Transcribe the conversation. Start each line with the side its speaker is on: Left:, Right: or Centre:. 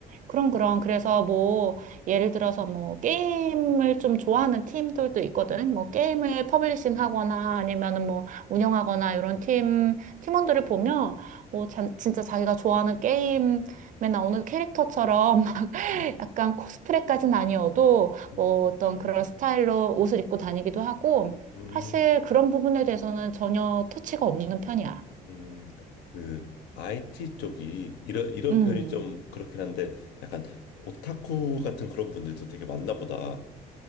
Right: 그럼, 그럼. 그래서 뭐, 예를 들어서 뭐, 게임을 좀 좋아하는 팀들도 있거든. 뭐, 게임을 퍼블리싱 하거나 아니면은 뭐, 운영하거나 이런 팀, 팀원들을 보면 뭐, 잔- 진짜 자기가 좋아하는 게임에 나오는 캐릭터처럼 <laughs> 막
Left: 음,
Right: 약간 코스프레까지는 아니어도
Left: 음,
Right: 뭐, 어떤 그런 스타일로 옷을 입고 다니기도 하고
Left: 음,
Right: 사실 그런 부분에 대해서는 전혀 터치가 없는 편이야.
Left: 음. 그 IT 쪽이 이런, 이런
Right: 음.
Left: 표현이 좀 그렇긴 한데, 약간 오타쿠 같은 그런 분들도 되게 많나 보다.